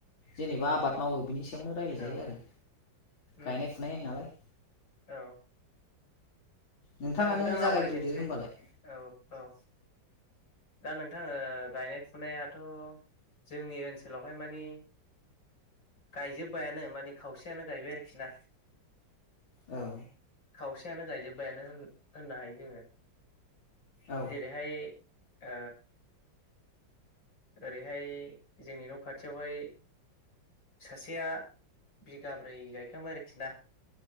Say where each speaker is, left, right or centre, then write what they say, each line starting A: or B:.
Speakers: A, on the left (about 85°); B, on the left (about 70°).
A: जेनेबा आबाद मावो बिनि सा यावनो रायलायजायो
B: औ
A: आरो
B: उम
A: गायनाय फुनाय नालाय
B: औ
A: नोंथाङानो
B: दा नोंथां आवरायजेननोसै
A: जागायग्रोदो होमबालाय
B: औ औ दा नोंथां ओ गायनाय फुनायाथ जोंनि ओनसोलावहाय माने गायजोब्बायानो माने खावसेयानो गायबाय आरोखि ना।
A: औ
B: खावसेयानो गायजोबबायानो होन होननो हायो जोङो
A: औ
B: जेरैहाय ओ ओरैहाय जोंनि न' खाथियावहाय सासेया बिगाब्रै गायखांबाय आरोखि ना।